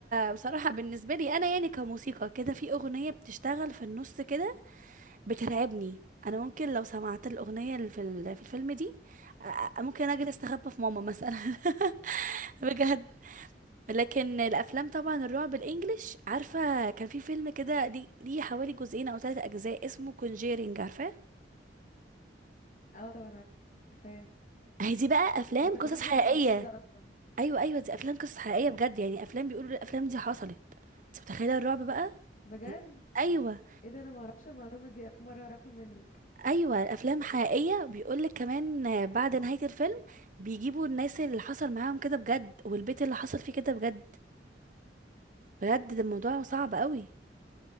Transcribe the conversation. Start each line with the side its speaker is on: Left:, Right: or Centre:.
Right: بصراحة بالنسبة لي انا يعني كموسيقى كده في اغنية بتشتغل في النص كده بترعبني انا ممكن لو سمعت الاغنيه اللي في ال- في الفيلم دي أ- أ- ممكن اجي استخبى في ماما مثلا <laughs> بجد لكن الافلام طبعا الرعب الانجليش عارفه كان في فيلم كده ليه ليه حوالي جزئين او ثلاثة اجزاء اسمه كونجيرينج عارفاه
Left: اه طبعا عارفاه
Right: اهي دي بقى افلام
Left: انا كنت
Right: قصص
Left: بخاف
Right: حقيقيه
Left: جدا من الفيلم ده اصلا
Right: ايوه ايوه دي افلام قصص حقيقيه بجد يعني افلام بيقولوا الافلام دي حصلت انت متخيله الرعب بقى
Left: بجد
Right: يعني ايوه
Left: ايه ده انا ما اعرفش المعلومه دي اول مره اعرفها منك
Right: ايوه الافلام حقيقيه بيقولك كمان آه، بعد نهايه الفيلم بيجيبوا الناس اللي حصل معاهم كده بجد والبيت اللي حصل فيه كده بجد بجد ده الموضوع صعب قوي